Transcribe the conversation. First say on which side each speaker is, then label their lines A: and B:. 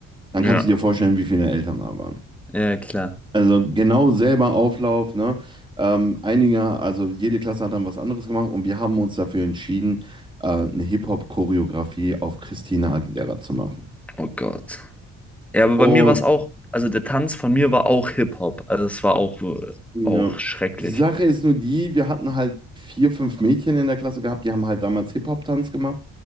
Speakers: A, on the right (about 15°); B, in the centre.
A: dann
B: Ja.
A: kannst du dir vorstellen, wie viele Eltern da waren.
B: Ja, klar.
A: Also genau selber Auflauf, ne? Ähm, einige, also jede Klasse hat dann was anderes gemacht und wir haben uns dafür entschieden, äh, eine Hip-Hop-Choreografie auf Christina Aguilera zu machen.
B: Oh Gott. Ja, aber
A: Ja.
B: bei mir war es auch, also der Tanz von mir war auch Hip-Hop. Also es war auch, äh,
A: Ja.
B: auch schrecklich.
A: Die Sache ist nur die, wir hatten halt vier, fünf Mädchen in der Klasse gehabt, die haben halt damals Hip-Hop-Tanz gemacht